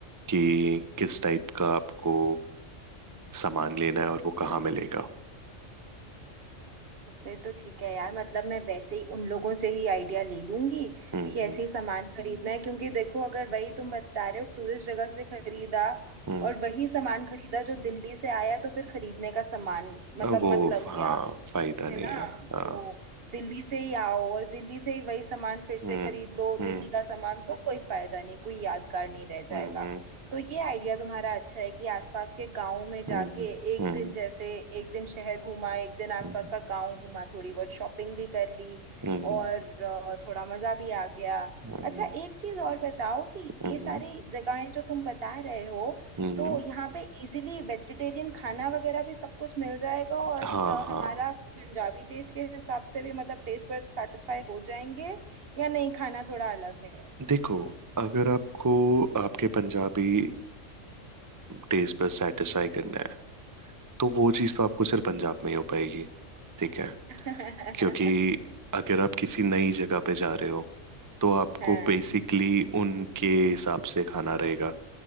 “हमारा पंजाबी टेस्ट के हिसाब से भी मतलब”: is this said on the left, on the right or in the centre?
Right